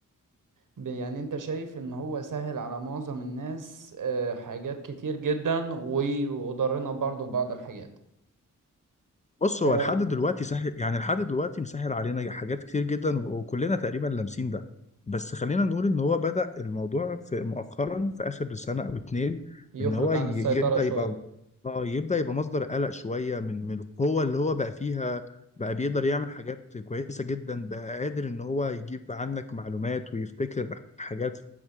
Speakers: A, on the right; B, on the left.
A: ب- يعني انت شايف ان هو سهل على معظم الناس آه، حاجات كتير جدا و- وضرنا برضو بعض الحاجات
B: بص هو
A: آه،
B: لحد دلوقتي سهل يعني لحد دلوقتي مسهل علينا حاجات كتير جدا وكلنا تقريبا لامسين ده بس خلينا نقول ان هو بدأ الموضوع في مؤخرا في اخر سنة او اتنين
A: يخرج
B: ان هو ي-
A: عن السيطرة
B: يبدأ
A: شوية
B: يبقى اه يبدأ يبقى مصدر قلق شوية من من القوة اللي هو بقى فيها بقى بيقدر يعمل حاجات كويسة جدا بقى قادر ان هو يجيب عنك معلومات ويفتكر حاجات